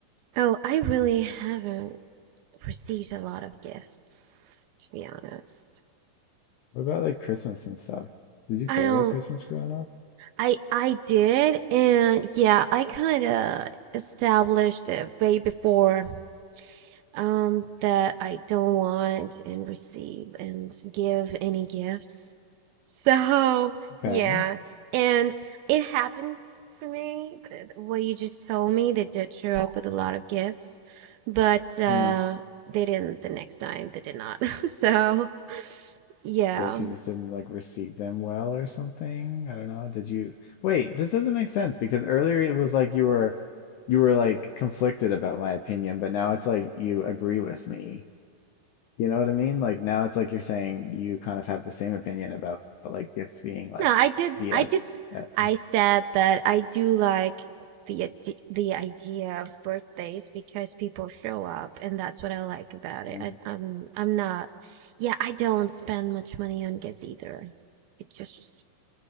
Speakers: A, on the right; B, on the left.
A: oh, I really haven't received a lot of gifts, to be honest.
B: What about like Christmas and stuff? Did you
A: I
B: celebrate
A: don't,
B: Christmas growing up?
A: I, I did, and yeah, I kind of established it way before um, that I don't want and receive and give any gifts. So,
B: Okay.
A: yeah. And it happened to me, what you just told me. They did show up with a lot of gifts, but uh,
B: Mm,
A: they didn't the next time. They did not. <laughs> So, yeah.
B: I guess he just didn't like receive them well or something. I don't know. Did you wait, this doesn't make sense because earlier it was like you were you were like conflicted about my opinion, but now it's like you agree with me. You know what I mean? Like now it's like you're saying you kind of have the same opinion about like gifts being like
A: No, I did.
B: BS.
A: I did.
B: at-
A: I said that I do like the ide- the idea of birthdays because people show up, and that's what I like about it.
B: um,
A: I, I'm I'm not. Yeah, I don't spend much money on gifts either. It just